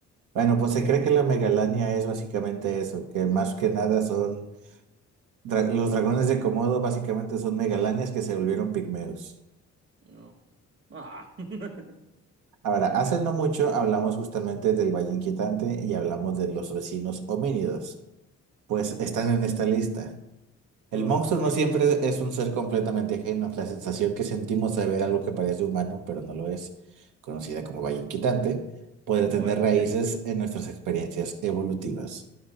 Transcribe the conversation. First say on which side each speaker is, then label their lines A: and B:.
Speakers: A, on the right (about 85°); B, on the right (about 45°).
A: Bueno, pues se cree que la megalania es básicamente eso, que más que nada son dra- los dragones de Komodo básicamente son megalanias que se volvieron pigmeos.
B: No. Ah. <laughs>
A: Ahora, hace no mucho hablamos justamente del Valle Inquietante y hablamos de los vecinos homínidos, pues están en esta lista. El
B: Ob-
A: monstruo no siempre es un ser completamente ajeno. La sensación que sentimos de ver algo que parece humano, pero no lo es, conocida como valla inquietante, podría tener
B: Obviamente.
A: raíces en nuestras experiencias evolutivas.